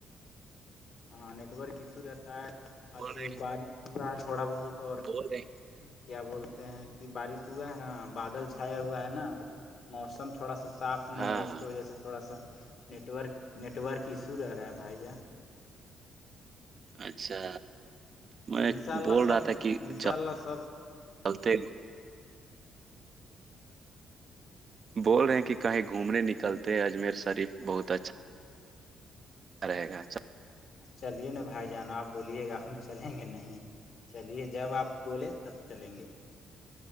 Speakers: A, on the left; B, on the right.
A: ہاں نیٹ ورک ایشو رہتا ہے
B: بول
A: آج
B: رہے
A: بارش ہوا ہے تھوڑا بہت اور
B: بول رہے
A: کیا بولتے ہیں کہ بارش ہوا ہے نا بادل چھایا ہوا ہے نا موسم تھوڑا سا صاف نہیں
B: ہاں
A: ہے اس
B: ہاں
A: کے وجہ سے تھوڑا سا نیٹورک نیٹورک ایشو رہ رہا ہے بھائی جان
B: اچھا میں
A: انشاء اللہ
B: بول
A: سب
B: رہا تھا کہ
A: انشاء
B: چلتے
A: اللہ سب
B: بول رہے ہیں کہ کہیں گھومنے نکلتے اجمیر شریف بہت اچھا رہے گا س
A: چلیے نا بھائی جان آپ بولیے گا ہم چلیں گے نہیں چلیے جب آپ بولے تب چلیں گے